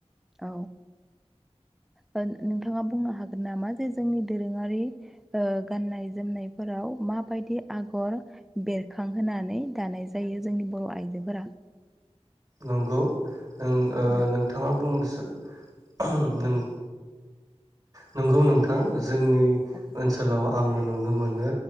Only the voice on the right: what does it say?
नंगौ नों ओ
नोंथाङा बुं <unintelligible> नोंगौ नोंथां जोंनि
ओनसोलाव आङो नुनो मोनो